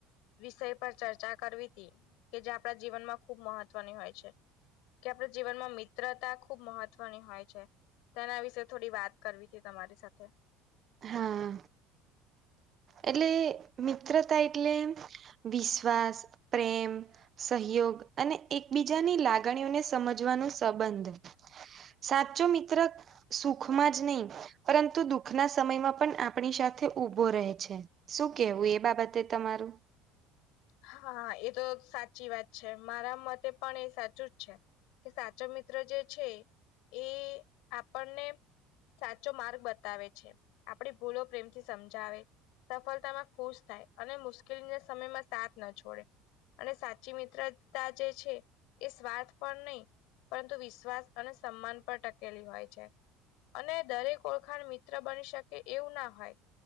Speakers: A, on the left; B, on the right.
A: વિષય પર ચર્ચા કરવી હતી. કે જે આપણા જીવનમાં ખુબ મહત્વની હોય છે. કે આપડ જીવનમાં મિત્રતા ખુબ મહત્વની હોય છે. તેના વિશે થોડી વાત કરવી હતી તમારી સાથે.
B: હા એટલે મિત્રતા એટલે વિશ્વાસ, પ્રેમ સહયોગ અને એક બીજાની લાગણીઓને સમજવાનું સંબંધ. સાચો મિત્ર સુખમાં જ નહી, પરંતુ દુઃખના સમયમાં પણ આપણી સાથે ઉભો રહે છે. શું કેવું એ બાબતે તમારું?
A: હા! એ તો સાચી વાત છે. મારા મતે પણ એ સાચું જ છે. કે સાચો મિત્ર જે છે એ આપણને સાચો માર્ગ બતાવે છે. આપડી ભૂલો પ્રેમથી સમજાવે. સફળતામાં ખુશ થાય. અને મુશ્કેલી ના સમયમાં સાથ ન છોડે. અને સાચી મિત્રતા જે છે એ સ્વાર્થ પણ નહી, પરંતુ વિશ્વાસ અને સન્માન પણ ટકેલી હોય છે. અને દરેક ઓળખાણ મિત્ર બની શકે. એવું ના હોય.